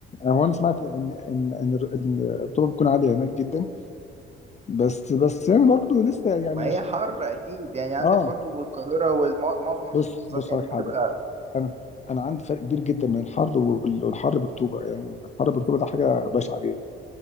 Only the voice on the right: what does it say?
ما
هي حر اكيد يعني عندك
برضو القاهره ومعظم المحافظات
يعني
بتبقى